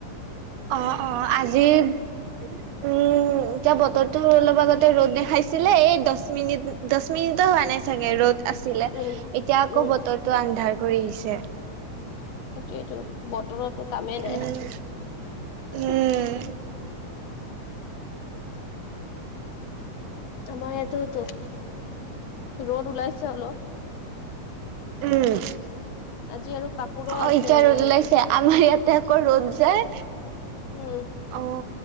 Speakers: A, on the right; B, on the left.
A: অ অ আজি উম। উ এতিয়া বতৰ তো অলপ আগতে ৰ'দ দেখাইছিলে এই দহ মিনিট দহ মিনিটো হোৱা নাই চাগে ৰ'দ আছিলে
B: উম
A: এতিয়া আকৌ
B: উম
A: বতৰটো আন্ধাৰ কৰি আহিছে।
B: সেইটোৱেইটো বতৰতটো কামেই নাই।
A: উম উম
B: আমাৰ ইয়াতোতো ৰ'দ ওলাইছে অলপ
A: উম
B: আজি আৰু কাপোৰো
A: অ
B: আছে
A: এতিয়া
B: ইমান
A: ৰ'দ ওলাই ছে- তে আমাৰ ইয়াতে আকৌ ৰ'দ যায়।
B: উম।
A: অ